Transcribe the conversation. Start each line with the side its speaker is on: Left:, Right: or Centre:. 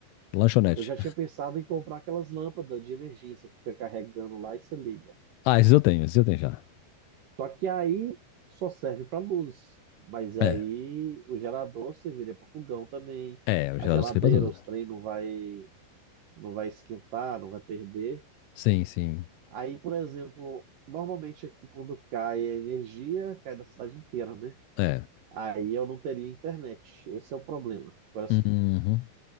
Left: Lanchonete.
Right: eu já tinha pensado em comprar aquelas lâmpadas de emergência que fica carregando lá e se liga.
Left: <laughs> Ah, esses eu tenho, esses eu tenho já.
Right: Só que aí só serve para luz. Mas aí
Left: É,
Right: o gerador serviria para fogão também.
Left: é, o
Right: A
Left: gerador
Right: geladeira,
Left: serve pra tudo.
Right: os trem não vai, não vai esquentar, não vai perder.
Left: Sim, sim.
Right: Aí, por exemplo, normalmente aqui quando cai a energia, cai da cidade inteira, né?
Left: É.
Right: Aí eu não teria internet. Esse é o problema. Agora, se
Left: Uhum.